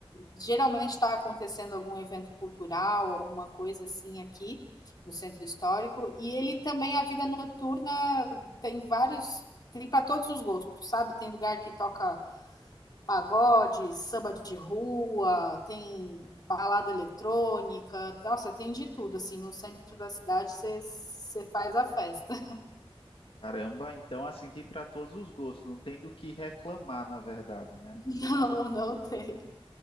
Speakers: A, on the left; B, on the left.
A: Geralmente está acontecendo algum evento cultural, alguma coisa assim aqui no centro histórico. E ele também, a vida noturna, tem vários. Tem para todos os gostos, sabe? Tem lugar que toca pagode, samba de rua, tem balada eletrônica, nossa, tem de tudo. Assim, no centro da cidade você faz a festa.
B: Caramba, então assim tem para todos os gostos, não tem do que reclamar, na verdade, né?
A: Não, não tem.